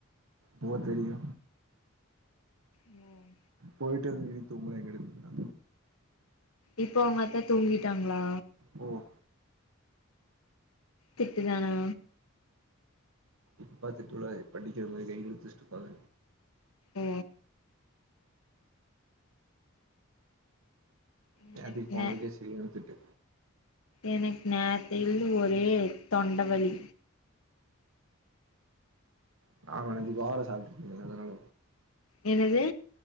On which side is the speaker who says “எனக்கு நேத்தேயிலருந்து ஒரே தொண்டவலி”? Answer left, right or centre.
Left